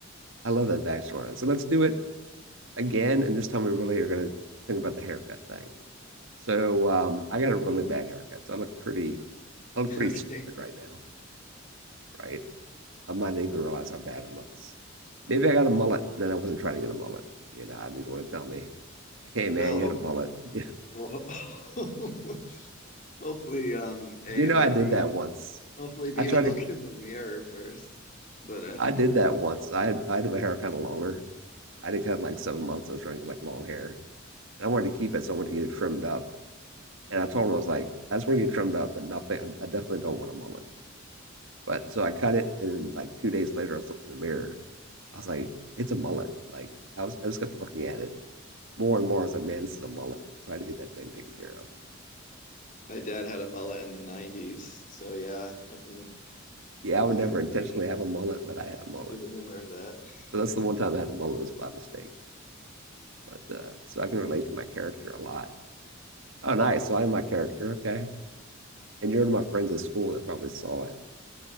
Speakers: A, on the right; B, on the left.
A: I love that backstory. on it. So let's do it. again, and this time we really are going to think about the haircut thing. So um, I got a really bad haircut, so I look pretty, I look
B: <laughs>
A: pretty
B: Okay.
A: stupid right now, right? I might not even realize how bad it looks. Maybe I got a mullet, and then I wasn't trying to get a mullet. You know, I didn't want to tell me, like, hey
B: Well,
A: man, you
B: hope
A: got a mullet. <laughs>
B: well, ho- <laughs> hopefully um A
A: You know,
B: or
A: I did
B: B
A: that
B: would
A: once.
B: hopefully B
A: I tried
B: would look
A: to,
B: in the mirror first. But uh
A: I did that once. I had, I had my hair kind of longer. I did cut in like seven months. I was trying to get like long hair, and I wanted to keep it, so I wanted to get it trimmed up. And I told him I was like, I just want to get trimmed up, but nothing. I, I definitely don't want a mullet. But so I cut it, and like two days later, I was looking in the mirror. I was like, it's a mullet. Like I was, I just kept looking at it more and more. I was like, man, this is a mullet. So I had to get that thing taken care of.
B: my dad had a mullet in the 90s, so yeah, I can
A: Yeah, I
B: definitely
A: would never intentionally have a mullet, but I had a mullet.
B: see the humor of that.
A: So that's
B: <laughs>
A: the one time I had a mullet was by mistake. But uh, so I can relate to my character a lot. Oh, nice. So I'm my character. Okay. And you're one of my friends at school that probably saw it